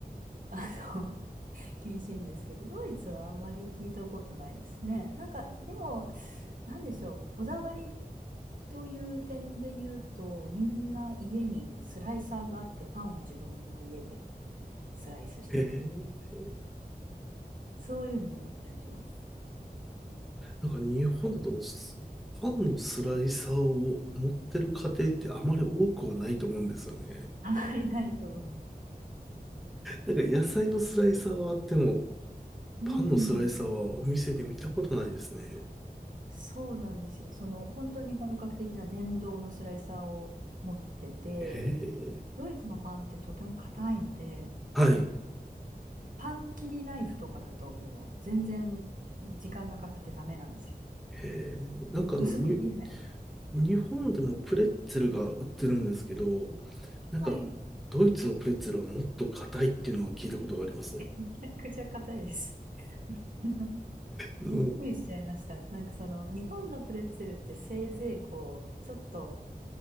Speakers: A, on the right; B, in the centre.
A: あの、<laughs> 厳しいんですけど、ドイツはあんまり聞いたことないですね。なんか、でも、なんでしょう、こだわりという点で言うと、みんな家にスライサーがあって、パンを自分の家でスライスしたり。
B: へえ。
A: そういうのもあったりします。
B: なんか日本だとすパンのスライサーを持ってる家庭ってあまり多くはないと思うんですよね。
A: あまりないと思います。
B: なんか野菜のスライサーはあっても、
A: うん。
B: パンのスライサーはお店で見たことないですね。
A: そうなんですよ。その、本当に本格的な電動のスライサーを持ってて、
B: へえ。
A: ドイツのパンってとても硬いので、
B: はい。へ
A: パン切りナイフとかだともう全然時間がかかってダメなんですよ。
B: え。なんかあの、
A: 薄く切れないし。
B: に、日本でもプレッツェルが売ってるんですけど、なんか、
A: はい。め
B: ドイツのプレッツェルはもっと硬いっていうのは聞いたことがありますね。
A: ちゃくちゃ硬いです。<laughs>
B: うん
A: びっくりしちゃいました。なんかその日本のプレッツェルってせいぜいこうちょっと